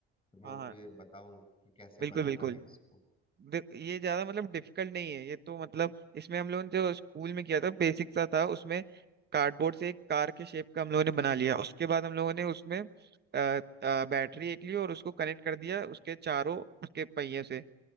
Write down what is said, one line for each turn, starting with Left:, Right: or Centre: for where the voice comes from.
Left: तो मैं
Right: हाँ
Left: उनको
Right: हाँ
Left: ये बताऊं कि कैसे
Right: बिल्कुल
Left: बनाना
Right: बिल्कुल
Left: है इसको
Right: देख ये ज्यादा मतलब डिफिकल्ट नहीं है ये तो मतलब इसमें हम लोगों ने जो स्कूल में किया था बेसिक सा था उसमें कार्डबोर्ड से एक कार के शेप का हम लोगों ने बना लिया उसके बाद हम लोगों ने उसमें अ, अ, बैटरी एक ली और उसको कनेक्ट कर दिया उसके चारों उसके पहिए से